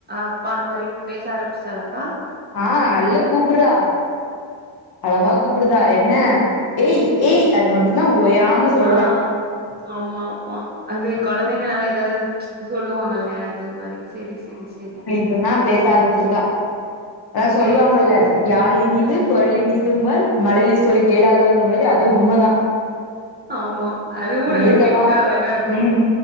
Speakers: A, on the right (about 25°); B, on the left (about 50°).
A: அப்பா அந்த மாரி பேச ஆரம்பிஸ்ட்டாளாக்கா
B: ஆ நல்ல கூப்புற்றா அழகா கூப்புடுதா என்ன ஏய் ஏய் அது மட்டுதா ஓயாம சொல்றா
A: ஆ ஆமா ஆமா அது கொழந்தைங்கனாலே எதாத் சொல்லுவாங்கல்ல அதே மாரி சேரி சேரி சேரி
B: இப்பலந்தா பேச ஆரம்பிச்சிருக்கா அதா
A: சேரி
B: சொல்லுவாங்கல்ல
A: சேரி சேரி
B: யாழ் இனிது
A: ம்
B: குரல் இனித் <unintelligible> மழலி சொல் கேளாதவங்க மாரி அதுவு உண்மதா
A: ஆமா அதுவு
B: நீ
A: நல்ல
B: நேர்ல
A: க்யூட்டா
B: வா
A: அழகா இருக்கு
B: ம்